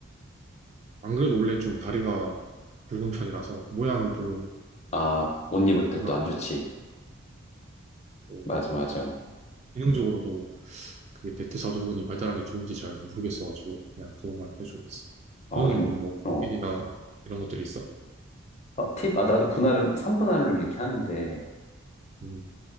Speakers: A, on the right; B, on the left.
A: 안 그래도 원래 좀 다리가 굵은 편이라서 모양이 별로
B: 아, 옷 입을 때
A: 난
B: 또 안 좋지.
A: 또
B: 맞아, 맞아.
A: 기능적으로도 그게 대퇴사두근이 발달한 게 좋은지 잘 모르겠어가지고 그냥 그것만 해주고 있어.
B: 어,
A: 너는
B: 좀,
A: 어, 뭐
B: 어.
A: 고민이나 이런 것들이 있어?
B: 어, 팁, 아, 나도 분할은, 3분할로 이렇게 하는데,
A: 음,